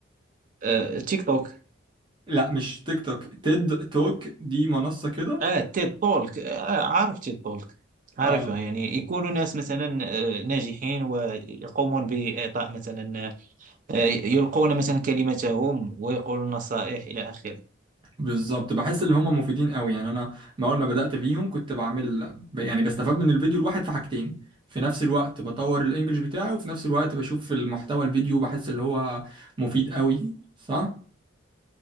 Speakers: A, on the right; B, on the right.
A: آه، تيك توك
B: لا مش تيك توك تيد توك دي منصة كده
A: اه تيد تولك آه عارف تيد تولك عارفه
B: آه،
A: يعني يكونوا ناس مثلا آه، ناجحين ويقومون بإعطاء مثلا آه، يلقون مثلا كلمتهم ويقولون نصائح إلى آخره
B: بالظبط بحس ان هم مفيدين قوي يعني انا ما اول ما بدأت فيهم كنت بعمل ب- يعني بستفاد من الفيديو الواحد في حاجتين في نفس الوقت بطور الانجليش بتاعي وفي نفس الوقت بشوف المحتوى الفيديو بحس اللي هو مفيد قوي صح